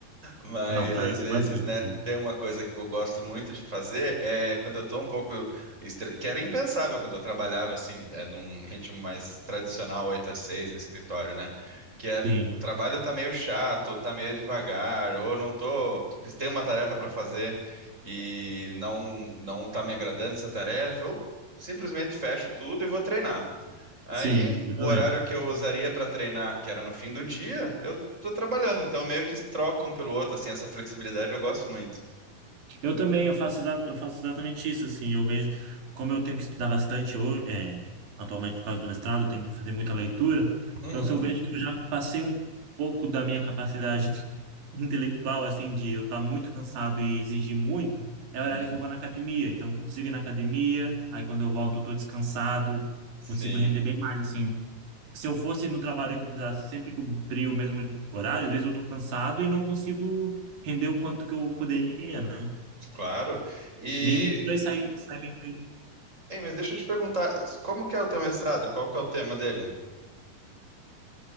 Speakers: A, on the right; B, on the right.
A: Mas
B: Ah, Não, praia
A: às
B: eu
A: vezes,
B: gosto bastante.
A: né,
B: assim.
A: tem uma coisa que eu gosto muito de fazer é quando eu tô um pouco estre... que era impensável quando eu trabalhava assim, é, num ritmo mais tradicional, 8 a 6 no escritório, né? Que é
B: Sim,
A: o trabalho tá meio chato, tá meio devagar, ou não tô, tem uma tarefa para fazer e não não tá me agradando essa tarefa, eu simplesmente fecho tudo e vou treinar. Aí,
B: sim, eu
A: o
B: também.
A: horário que eu usaria para treinar, que era no fim do dia, eu tô trabalhando, então meio que troca um pelo outro, assim, essa flexibilidade eu gosto muito.
B: Eu também, eu faço, exa- eu faço exatamente isso, assim. Eu vejo, como eu tenho que estudar bastante hoje, é, atualmente por causa do mestrado, eu tenho que fazer muita leitura.
A: Uhum,
B: Então, se eu vejo que eu já passei um pouco da minha capacidade <laughs> intelectual, assim, de eu estar muito cansado e exigir muito, é
A: uhum,
B: o horário que eu vou na academia. Então, eu consigo ir na academia, aí quando eu volto, eu estou descansado,
A: sim,
B: consigo render bem mais, assim, se eu fosse no trabalho que eu precisasse sempre cumprir o mesmo horário, às vezes eu tô cansado e não consigo render o quanto que eu poderia, né?
A: claro. E,
B: Nenhum dos dois sai, sai bem feito.
A: hein, mas deixa eu te perguntar, como que é o teu mestrado? Qual que é o tema dele?